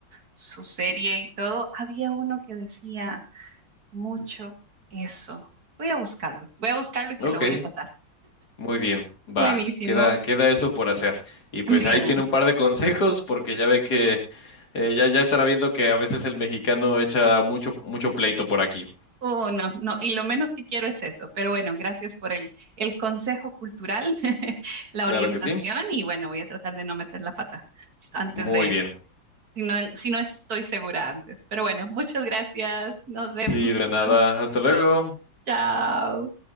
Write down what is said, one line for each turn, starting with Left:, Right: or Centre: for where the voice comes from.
Right: su serie y todo, había uno que decía mucho eso. Voy a buscarlo, voy a buscarlo y se
Left: ok.
Right: lo voy a pasar.
Left: Muy bien, va,
Right: Buenísimo.
Left: queda, queda eso por hacer. Y pues
Right: Bien.
Left: ahí tiene un par de consejos, porque ya ve que eh, ya, ya estará viendo que a veces el mexicano echa mucho, mucho pleito por aquí.
Right: Oh, no, no, y lo menos que quiero es eso, pero bueno, gracias por el, el consejo cultural, <laughs> la
Left: Claro
Right: orientación
Left: que sí.
Right: y bueno, voy a tratar de no meter la pata antes
Left: Muy
Right: de,
Left: bien.
Right: si no, si no estoy segura antes, pero bueno, muchas gracias, nos vemos
Left: Sí, de
Right: entonces,
Left: nada. Hasta luego.
Right: chao.